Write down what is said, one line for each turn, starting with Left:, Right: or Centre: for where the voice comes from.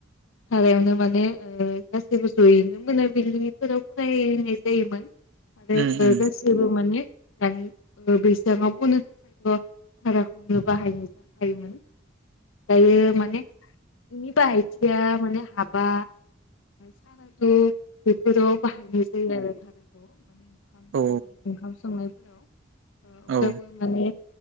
Left: हारायावनो माने गासैबो जयैनो मोनाबिलिनिफोराव फरायनाय जायोमोन। आरो
Right: उम
Left: गासिबो
Right: उम
Left: माने दानि बैसाङाव बो माने थाखायथ भाराखौनो बाहायनाय जाखायोमोन। दायो माने बाहायथिया माने हाबा साराखौ गोदोआव बाहायनाय जायो आरो थार औ माने ओंखाम
Right: औ
Left: दोननाय
Right: नंगौ औ
Left: ओंखाम संनाय हेल अब्लाबो
Right: औ
Left: माने